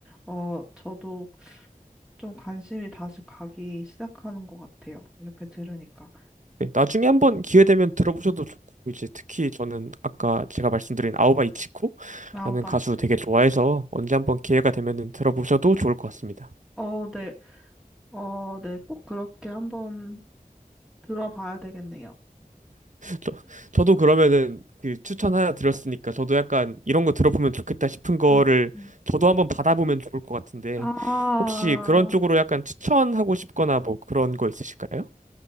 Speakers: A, in the centre; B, on the right (about 55°).
A: 어, 저도 좀 관심이 다시 가기 시작하는 것 같아요. 이렇게 들으니까.
B: 네, 나중에 한번 기회 되면 들어보셔도 좋고 이제 특히 저는 아까 제가 말씀드린 아오바 이치코라는
A: 아우바이트.
B: 가수 되게 좋아해서 언제 한번 기회가 되면은 들어보셔도 좋을 것 같습니다.
A: 어, 네. 어, 네. 꼭 그렇게 한번 들어봐야 되겠네요.
B: 저, 저도 그러면은 그 추천 하나 드렸으니까 저도 약간 이런 거 들어보면 좋겠다 싶은 거를
A: 음, 음.
B: 저도 한번 받아보면 좋을 것 같은데
A: 아,
B: 혹시 그런 쪽으로 약간 추천하고 싶거나 뭐 그런 거 있으실까요?